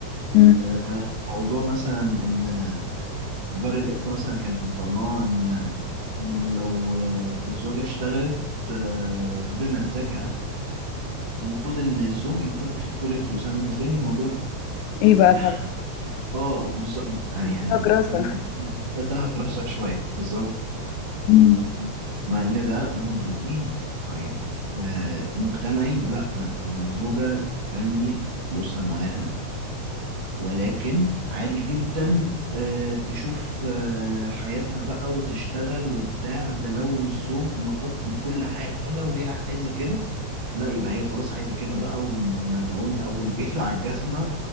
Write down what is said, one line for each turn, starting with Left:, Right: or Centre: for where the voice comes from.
Left: مم.
Right: آه، موضوع مثلا ان آه، دار الافتاء مثلا كانت مطلعه ان ان لو آه، الزوجه اشتغلت آه، بمزاجها المفروض ان الزوج يكون اخد كل الفلوس انا بالنسبه لي الموضوع
Left: ايه بقى
Right: <laughs>
Left: الهبل؟
Right: اه بز... آه،
Left: فيها
Right: يعني بالنسبه
Left: جراسة
Right: لي الموضوع ده هكرسه شويه بالظبط
Left: مم.
Right: مع ان ده ده منظور ديني طيب آه مجتمعي لا آه، الزوجه تخلي فلوسها معاها ولكن عادي جدا آه، تشوف آه، حياتها بقى وتشتغل وبتاع ده لو الزوج مغطي كل حاجة وهي عايزة كده لا يبقى هي خلاص عايزة كده بقى وملعون أبو البيت <laughs> على الجزمة